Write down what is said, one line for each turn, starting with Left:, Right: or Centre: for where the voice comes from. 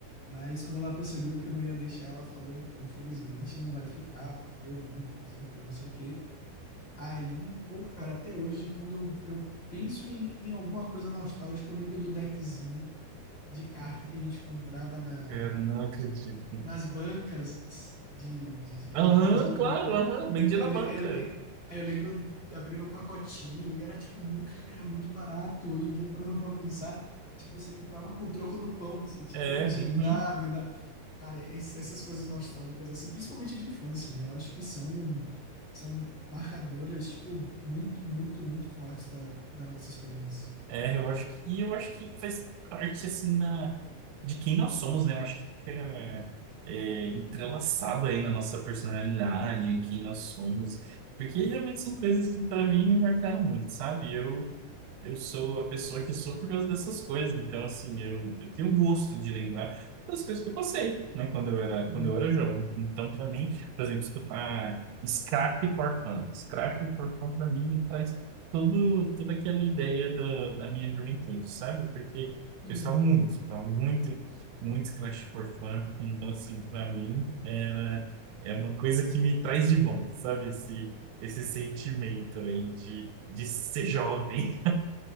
Left: Mas quando ela percebeu que eu não ia deixar, ela falou, então, infelizmente não vai ficar, porque eu vi que não sei o que, não sei o que. Aí, pô, cara, até hoje, quando eu, eu penso em, em alguma coisa nostálgica, eu lembro do deckzinho de carta que a gente comprava na,
Right: Cara, não acredito.
Left: nas bancas de, de, de-
Right: Aham,
Left: aqui vendia em banca.
Right: claro, aham, Bem dia
Left: Eu,
Right: na
Left: le-
Right: banca.
Left: eu, le- aí eu lembro de abrir o pacotinho e era tipo, mu- cara, era muito barato. Hoje em dia, parando pra pensar, tipo, você comprava com o troco do pão. Você, tipo,
Right: É,
Left: "Ô, tia,
Right: uhum.
Left: me dá, me dá. Cara, es- essas coisas nostálgicas, assim, principalmente de infância, né? Eu acho que são, são marcadoras, tipo, muito, muito, muito fortes da, da nossa experiência.
Right: É, eu acho que e eu acho que faz parte assim da, de quem nós somos, né? Eu acho que é, é entrelaçado aí na nossa personalidade, em quem nós somos. Porque realmente são coisas que para mim me marcaram muito, sabe? Eu Eu sou a pessoa que sou por causa dessas coisas. Então, assim, eu, eu tenho gosto de lembrar das coisas que eu passei, né? Quando eu era,
Left: Uhum,
Right: quando eu era jovem. Então, para mim, por exemplo, escutar Scrap for Fun. Scrap for Fun, para mim, traz todo, toda aquela ideia da, da minha juventude, sabe? Porque
Left: uhum.
Right: eu estava muito, estava muito, muito Scrap for Fun. Então, assim, para mim, era, é uma coisa que me traz de volta, sabe? Esse, esse sentimento aí de, de ser jovem.